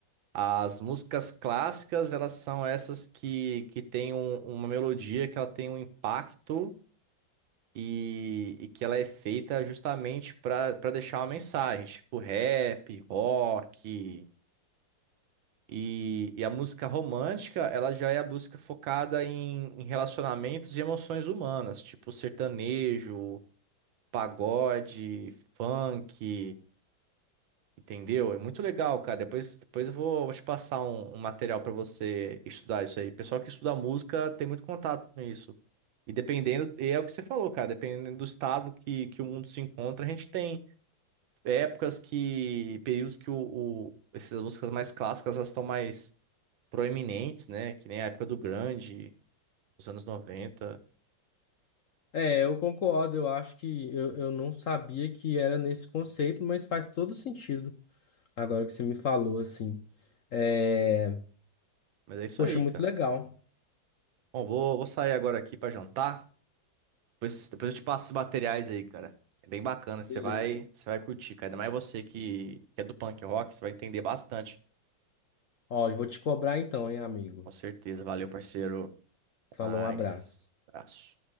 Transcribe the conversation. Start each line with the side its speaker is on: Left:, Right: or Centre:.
Right: As músicas clássicas, elas são essas que, que têm um- uma melodia, que ela tem um impacto e, e que ela é feita justamente para para deixar uma mensagem, tipo rap, rock. E, e a música romântica, ela já é a música focada em, em relacionamentos e emoções humanas, tipo sertanejo, pagode, funk, entendeu? É muito legal, cara. Depois, depois eu vou, vou te passar um, um material para você estudar isso aí. O pessoal que estuda música tem muito contato com isso. E dependendo, e é o que você falou, cara, dependendo do estado que, que o mundo se encontra, a gente tem épocas que, períodos que o, o- essas músicas mais clássicas, elas estão mais proeminentes, né? Que nem a época do grande, os anos 90.
Left: É, eu concordo, eu acho que eu, eu não sabia que era nesse conceito, mas faz todo sentido agora que você me falou, assim. É...
Right: Mas é isso
Left: Poxa,
Right: aí,
Left: muito
Right: cara.
Left: legal.
Right: Bom, vou, vou sair agora aqui pra jantar. Depois, depois eu te passo os materiais aí, cara. É bem bacana, você
Left: Beleza.
Right: vai, você vai curtir, cara. Ainda mais você que, que é do punk rock, você vai entender bastante.
Left: Ó, eu vou te cobrar então, hein, amigo?
Right: Com certeza. Valeu, parceiro. Até
Left: Falou,
Right: mais.
Left: um abraço.
Right: Abraço.